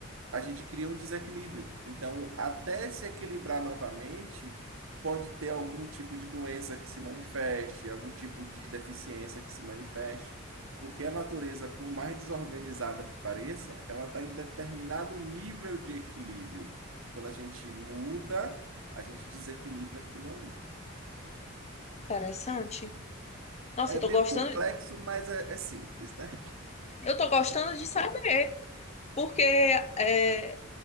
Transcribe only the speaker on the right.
a gente cria um desequilíbrio. Então, até se equilibrar novamente, pode ter algum tipo de doença que se manifeste, algum tipo de deficiência que se manifeste, porque a natureza, por mais desorganizada que pareça, ela está em determinado nível de equilíbrio. Quando a gente muda, a gente desequilibra aquilo ali.
É
meio
complexo, mas é, é simples, né?